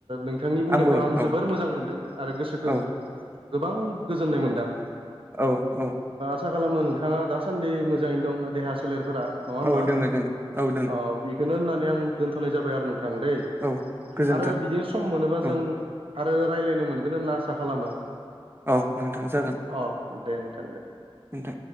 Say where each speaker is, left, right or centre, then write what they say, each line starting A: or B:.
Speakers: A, on the right; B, on the right.
A: नोंथांनि बुंनायखौ
B: आंबो
A: आं
B: औ
A: जोबोर मोजां मोनदों आरो गोसोखौ
B: औ
A: गोबां गोजोननाय मोनदां।
B: औ औ
A: आसा खालामो नोंथाङा दासान्दि मोजाङैनो दं देहा सोलेरफोरा नङा होमबा
B: औ दोङो दों औ दों
A: अ बि खौनो होननानै आं दोनथ'नाय जाबाय आरो नोंथां दै
B: औ गोजोन्थों
A: आरो बिदिनो सम मोनोबा
B: औ
A: जों आरो रायज्लायनो मोनगोन होनना आसा खालामो।
B: औ नोंथां। जागोन
A: अ दे नोंथां दे।
B: नोंथां